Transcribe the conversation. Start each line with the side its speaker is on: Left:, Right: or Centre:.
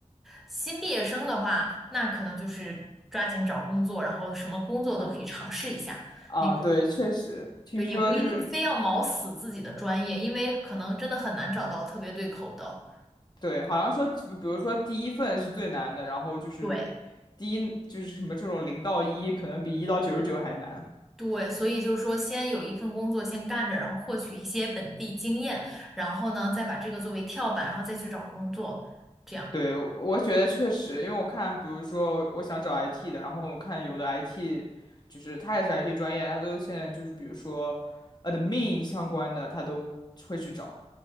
Centre: 新毕业生的话，那可能就是抓紧找工作，然后什么工作都可以尝试一下那种。
Left: <laughs> 啊，对，确实，听说就是
Centre: 对，也不一定非要卯死自己的专业，因为可能真的很难找到特别对口的。
Left: 对，好像说，比比如说第一份是最难的，然后就是
Centre: 对
Left: 第一就是什么这种零到一，可能比一到九十九还难。
Centre: 对，所以就是说，先有一份工作先干着，然后获取一些本地经验，然后呢，再把这个作为跳板，然后再去找工作，这样。
Left: 对，我觉得确实，因为我看，比如说我想找 IT 的，然后我看有的 IT，就是他也是 IT 专业，他都现在就是比如说 admin 相关的，他都会去找。